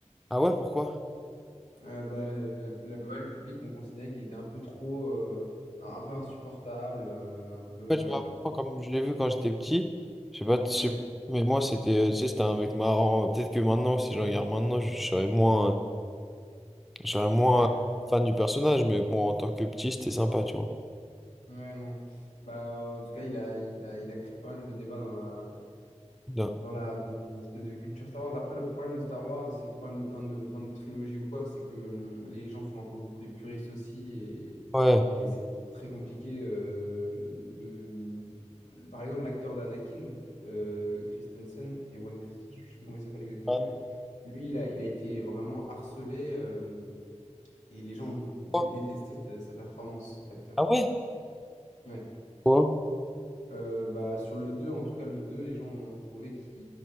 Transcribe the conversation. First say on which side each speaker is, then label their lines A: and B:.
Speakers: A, in the centre; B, on the left.
A: Ah ouais, pourquoi?
B: Euh, bah, la, la- ouais, le public, on considérait qu'il était un peu trop, euh, un, un peu insupportable, euh, un peu. euh,
A: En fait, je me rappelle, comme je l'ai vu quand j'étais petit, je sais pas, je sais
B: ouais,
A: pas, mais moi c'était, euh, tu sais, c'était un mec marrant. Euh, Peut-être que maintenant, si je regarde maintenant, je, je serais moins, je serais moins
B: ouais,
A: fan du personnage, mais bon, en tant que petit, c'était sympa, tu vois.
B: ouais, non. Bah, en tout cas, il a, il a, il a créé pas mal de débats dans la,
A: Bien.
B: dans la, dans une espèce de culture Star Wars. Après, le problème de Star Wars, et c'est le problème de plein de, plein de trilogies ou quoi, c'est que hum, les gens font un peu beaucoup les puristes aussi, et,
A: Ouais.
B: et c'est très compliqué euh, de... hum, Par exemple, l'acteur d'Anakin, euh, Christensen, Ewan Christensen, je sais plus comment il s'appelle exactement,
A: Ah
B: mais lui, il a, il a été vraiment harcelé, euh, et les gens ont dé- dé-
A: toi
B: détesté sa, sa performance d'acteur.
A: Ah ouais?
B: Ouais.
A: Toi
B: Euh, bah, sur le deux en tout cas le deux les gens ont trouvé qu'il